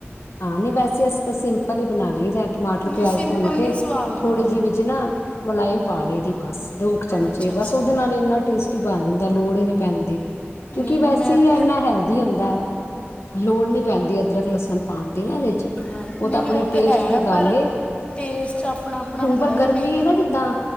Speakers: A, on the left; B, on the left.
A: ਹਾਂ ਨਹੀਂ ਵੈਸੇ ਅਸੀਂ ਤਾਂ ਸਿੰਪਲ ਹੀ ਬਣਾ ਲਈਏ ਤਾਂ ਟਮਾਟਰ
B: ਨਹੀਂ
A: ਪਿਆਜ
B: ਸਿੰਪਲ
A: ਭੁੰਨ ਕੇ
B: ਨਹੀਂ ਸਵਾਦ ਲੱਗਦਾ
A: ਥੋੜੇ ਜਿਹੇ ਨਾ ਮਲਾਈ ਪਾ ਲਈ ਦੀ ਬਸ ਦੋ ਕੁ ਚਮਚੇ
B: ਅੱਛਾ ਅੱਛਾ
A: ਬਸ ਉਹਦੇ ਨਾਲ ਇੰਨਾ ਟੇਸਟੀ ਬਣ ਜਾਂਦਾ ਲੋੜ ਹੀ ਨਹੀਂ ਪੈਂਦੀ ਕਿਉਂਕਿ
B: ਨਹੀਂ
A: ਵੈਸੇ
B: ਨਹੀਂ ਮੈਂ
A: ਹੀ ਆ
B: ਤੇ
A: ਇੰਨਾ ਹੈਲਦੀ ਹੁੰਦਾ। ਲੋੜ ਨਹੀਂ ਪੈਂਦੀ ਅਦਰਕ ਲੱਸਣ ਪਾਉਣ ਦੀ ਨਾ ਇਹਦੇ ਚ
B: ਹਾਂ ਨਹੀਂ
A: ਉਹ ਤਾਂ ਆਪਣੇ
B: ਨਹੀਂ
A: ਟੇਸਟ
B: ਹੈ
A: ਦੀ ਗੱਲ
B: ਪਰ
A: ਏ।
B: ਟੇਸਟ ਆਪਣਾ ਆਪਣਾ
A: ਹੁਣ
B: ਹੁੰਦਾ
A: ਪਰ ਗਰਮੀ
B: ਮੇ
A: ਹੈ ਨਾ ਜਿੱਦਾਂ